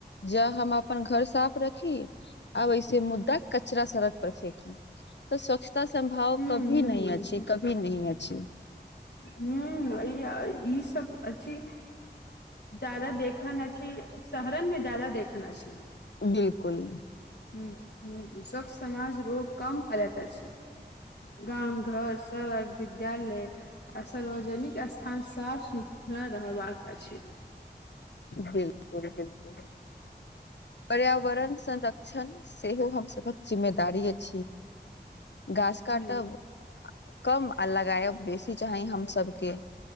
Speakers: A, on the left; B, on the left.
A: ज हम अपन घर साफ रखी, आब ऐसे मुद्दा कचरा सड़क पर फेेकी। तऽ स्वच्छता सम्भाव
B: ह
A: कभी
B: ह
A: नहि, अछि कभी नहि अछि।
B: ह्म्म आई आ ई सब अछि। जादा देखन अछि, शहरन मे जदा देखन अछि।
A: बिलकुल
B: ह्म्म स्वच्छ समाज रोग कम फैलइत अछि। गाम, घर, सड़क, विद्यालय आ सार्वजनिक स्थान साफ सुथरा रहबाक अछि।
A: बिलकुल बिलकुल पर्यावरण संरक्षण सेहो हम सभक जिम्मेदारी अछि। घास काटब
B: हूँ
A: कम अ लगायब बेसी। चाही हम सबके